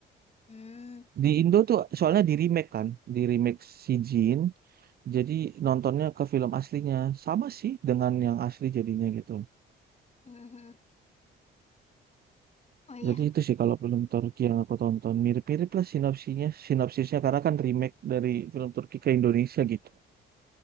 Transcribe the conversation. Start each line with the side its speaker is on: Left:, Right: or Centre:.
Left: Hmm.
Right: Di Indo tuh soalnya di remake kan, di remake si Jin. Jadi nontonnya ke film aslinya sama sih dengan yang asli jadinya gitu.
Left: Mhm. Oh iya.
Right: Jadi itu sih kalau film Turki yang aku tonton mirip-mirip lah sinopsinya, sinopsisnya karena kan remake dari film Turki ke Indonesia gitu.